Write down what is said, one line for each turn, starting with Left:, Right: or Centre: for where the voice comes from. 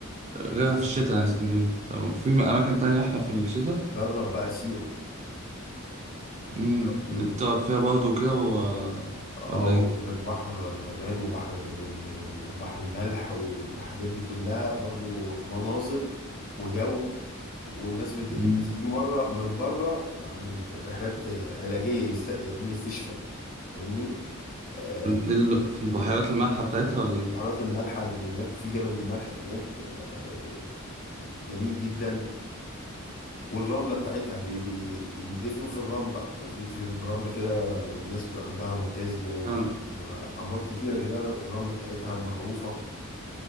Right: غيرها في الشتاء يعني اسكندرية طب في أماكن تانية أحلى في الشتاء
Left: جرب بقى سيوة
Right: امم
Left: جرب سيوة
Right: دي بتقعد فيها برضه وكده و...
Left: اه
Right: ولا
Left: وهناك
Right: إيه؟
Left: بحر مرمال وبحر والبحر الملح والحاجات دي كلها برضو مناظر وجو والناس بت...
Right: امم
Left: يعني الناس بتيجي مرة من بره تبقى عامل رحلات آه، علاجية يست... يعمل استشفاء فاهمني آه،
Right: دي ال- في البحيرات المالحة بتاعتها ولا إيه؟
Left: بحيرات الملح اللي هناك وفي جبل الملح هناك آه، جميل جدا والرمله بتاعتها بي بي بيندفنوا في الرمله عارف يدفن في الرمله كده الناس بتبقى عندها روماتيزم وعندها
Right: أنا...
Left: امراض كتيره كده الرمله بتاعتها معروفه